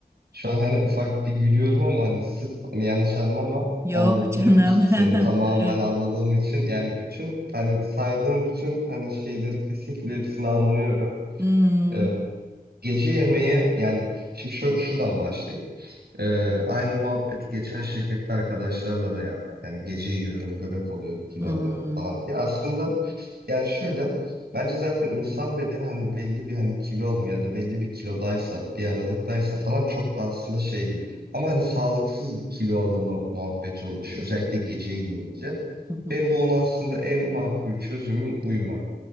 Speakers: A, on the right; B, on the right.
A: şu an hani ufak bir gülüyorum ama hani sırf hani yanlış anlama
B: Yok
A: anladığım
B: canım.
A: için
B: <laughs>
A: seni tamamen
B: Evet.
A: anladığım için yani bütün hani saydığın bütün hani şeyleri kesinlikle hepsini anlıyorum.
B: Hmm,
A: Ee, Gece yemeğe yani şimdi şö- şuradan başlayayım. Ee, aynı muhabbeti geçen şirkette arkadaşlarla da yaptık. Hani gece yiyorum, göbek oluyor, kilo
B: hmm,
A: alıyorum falan diye. Aslında yani şöyle bence zaten insan bedeni hani belli bir hani kilo alım ya da belli bir kilodaysa, bir aralıktaysa falan çok da aslında şey değil. Ama hani sağlıksız bir kilo alımı muhabbeti oluşuyor. Özellikle gece yiyince.
B: hmm,
A: Benim de onun aslında en makul çözümüm uyuma.